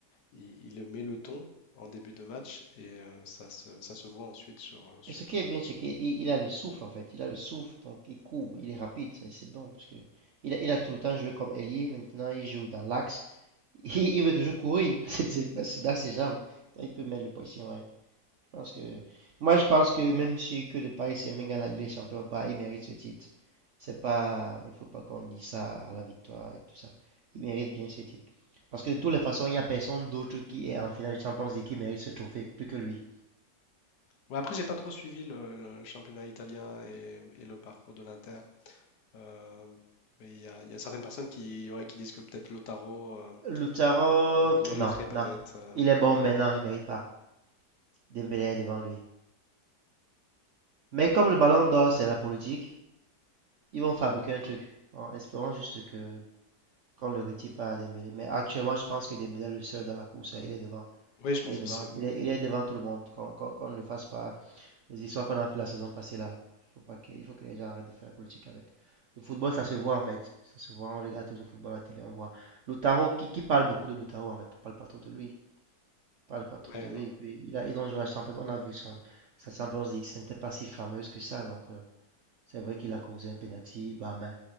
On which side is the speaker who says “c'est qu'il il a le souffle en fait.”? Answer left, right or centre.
Right